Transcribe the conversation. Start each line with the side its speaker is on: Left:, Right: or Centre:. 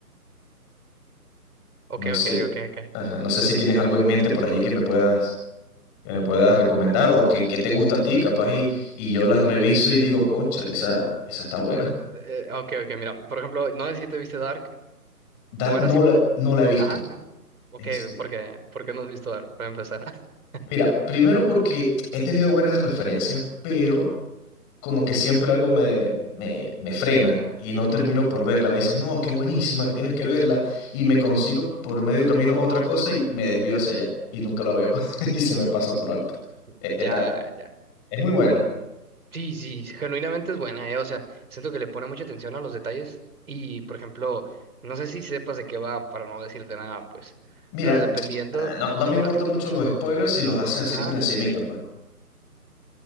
Right: Ok,
Left: No sé,
Right: ok, ok, ok.
Left: ajá, no sé si tienes algo en mente por allí que me puedas, que me puedas recomendar o que, que te gusta a ti, capaz, y, y yo las reviso y digo, cónchale, esa, esa está buena.
Right: Eh, ok, ok, mira, por ejemplo, no sé si te viste Dark,
Left: Dark
Right: te voy a dar así,
Left: no la, no la he visto.
Right: ajá, Ok,
Left: En serio.
Right: porque, porque no has visto Dark, para empezar. <laughs>
Left: Mira, primero porque he tenido buenas referencias, pero como que siempre algo me, me, me frena y no termino por verla. Me dicen, no, que es buenísima, que tienes que verla. Y me consigo por medio camino otra cosa y me desvío hacia allá y nunca la veo <laughs> y se me pasa por alto. E-
Right: Ya,
Left: Está,
Right: ya.
Left: es muy buena.
Right: Sí, sí, genuinamente es buena, eh, O sea, siento que le pone mucha atención a los detalles y, por ejemplo, no sé si sepas de qué va, para no decirte nada, pues,
Left: Mira,
Right: pero dependiendo,
Left: ah, no, no me importan
Right: ah,
Left: mucho los spoilers si los haces así
Right: ajá,
Left: por encimita, pues.